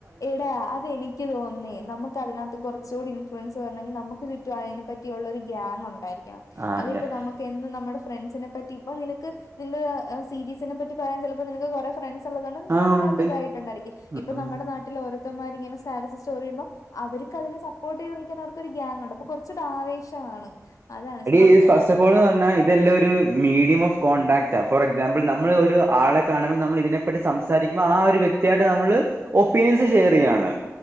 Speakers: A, on the left (about 70°); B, on the right (about 40°).
A: എടാ അതെനി- എനിക്ക് തോന്നുന്നേ നമ്മുക്ക് അതിനകത്ത് കുറച്ചുകൂടി ഇൻഫ്ലുവൻസ് വരണമെങ്കിൽ നമ്മുക്ക് ചുറ്റും അതിനെ പറ്റിയുള്ള ഒരു ഗ്യാങ് ഉണ്ടായിരിക്കണം
B: ആ
A: അല്ലെ
B: ഞാ-
A: ഇപ്പൊ നമ്മുക്ക് എന്ന് നമ്മുടെ ഫ്രണ്ട്സിനെ പറ്റി ഇപ്പ നിനക്ക് നിങ്ങള് സീരീസിനെ പറ്റി പറയാൻ ചിലപ്പോ നിനക്ക് കുറെ ഫ്രണ്ട്സ് ഉള്ളത് കൊണ്ട് നീ
B: ആ
A: അതിനകത്ത്
B: ഉണ്ട്
A: ഇതായിട്ടണ്ടായിരിക്കും ഇപ്പം
B: ഉം
A: നമ്മുടെ നാട്ടിൽ ഓരോത്തമാര് ഇങ്ങനെ സ്റ്റാറ്റസ് സ്റ്റോറി ഇടുമ്പം അവർക്ക് അതിനെ സപ്പോർട്ട് ചെയ്ത് നിൽക്കാൻ അവർക്കൊരു ഗ്യാങ് ഉണ്ട് അപ്പൊ കുറച്ച് ഒരു ആവേശമാണ് അതാണ് പക്ഷെ
B: എടി
A: നമുക്ക്
B: ഇത് ഫസ്റ്റ്
A: അങ്ങനെ
B: ഓഫ്ഓൾ എന്ന് പറഞ്ഞാ ഇതെല്ലാം ഒരു മീഡിയം ഓഫ് കോൺടാക്റ്റാ ഫോർ എക്സാമ്പിൾ നമ്മൾ ഒരു ആളെ കാണുമ്പോൾ നമ്മൾ ഇതിനെ സംസാരിക്കുമ്പോ ആ ഒരു വ്യക്തിയായിട്ട് നമ്മള് ഒപ്പീനിയൻസ് ഷെയർ ചെയ്യാണ്